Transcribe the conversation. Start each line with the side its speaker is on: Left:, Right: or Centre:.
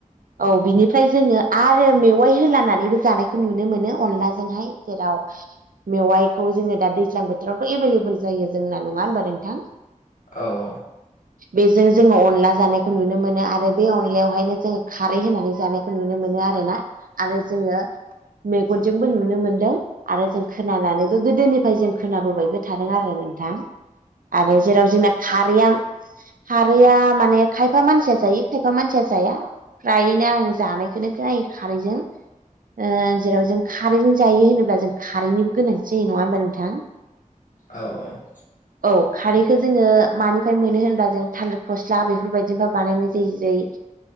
Right: औ बिनिफ्राय जोङो आरो मेवाइ होलानानैबो जानायखौ नुनो मोनो अनलाजोंहाय जेराव मेवाइखौ जोङो दा दैज्लां बोथोरावथ' एभेलेबेल जायो जोंना नङा होनबा नोंथां?
Left: औ औ
Right: बेजों जोङो अनला जानायखौ नुनो मोनो आरो बे अनलायावहायनो जोङो खारै होनानै जानायखौ खौ नुनो मोनो आरोना आरो जोङो मेगनजोंबो नुनो मोनदों आरो जों खोनानानै गोदोनिफ्राय जों खोनाबोबायबो थादों आरो नोंथां आरो जेराव जोंना खारैया खारैया माने खायफा मानसिया जायो खायफा मानसिया जाया। फ्रायनो आं जानायखोनो खोनायो खारैजों ओ जेराव जों खारै जायो होनोब्ला जों खारैनिबो गोनांथि जायो नङा होमबा नोंथां?
Left: औ औ
Right: औ खारैखो जोङो मानिफ्राय मोनो होनबा जों थालेर फस्ला बेफोरबायदिनिफ्राय बानायनाय जायो जोय